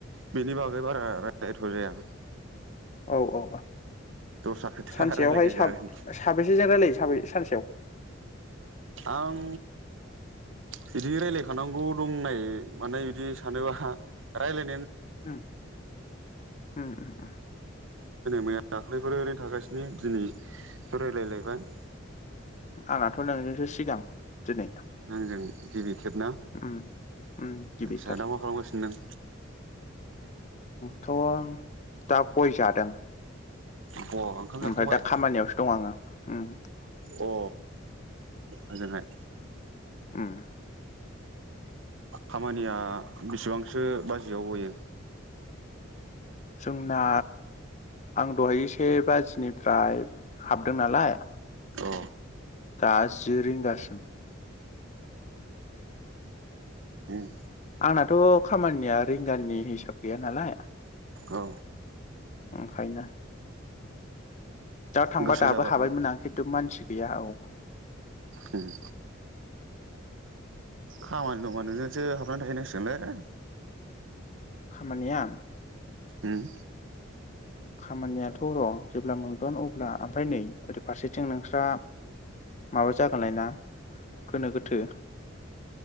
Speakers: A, on the right; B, on the left.
A: बेनि बागै बारा रायलायथ' जाया।
B: औ औ
A: दस्रा खोथा
B: सानसेयावहाय
A: रायज्लाय
B: सा
A: जागोन
B: साबेसेजों रायलायो साबे सानसेयाव?
A: आं बिदि रायलायखानांगौ दंनाय मानाय बिदि सानोबा रायलाय
B: ओम ओम ओम ओम।
A: मैया दाख्लैफोर ओरैनो थागासिनो दिनै रायलायलायबाय।
B: आंनाथ' नोंजोंसो सिगां। दिनै
A: आंजों। गिबि। खेबना आ
B: उम उम गिबि
A: फिसा
B: खेब
A: दा मा खालामगासिनो नों?
B: थ दा गय जादों।
A: अ ओंखाम जाखांबाय
B: ओमफाय दा खामानियावसो दं आंङो। ओम।
A: अ ओजोंहाय।
B: ओम।
A: खामानिया बेसिबांसो बाजियाव गयो?
B: जोंना आं दहाय से बाजिनिफ्राय हाबदों नालाय।
A: अ
B: दा जि रिंगासिम।
A: उम
B: आंनाथ' खामानिया रिंगानि हिसाब गैया नालाय।
A: औ
B: ओंखायनो। दा थांबा
A: गोसो
B: दाबो
A: जाबा
B: हाबायमोन
A: थां
B: आं खिन्थु मानसि गैया औ।
A: उम खामानि दंबा नोंजोंसो हाबनानै थाहैनांसिगोनलै।
B: खामानिया?
A: ओम।
B: खामानियाथ' र' जेब्ला मोनगोन अब्ला ओमफ्राय नै ओरै फारसेथिं नोंस्रा माबा जागोनलाय ना गोनो गोथो।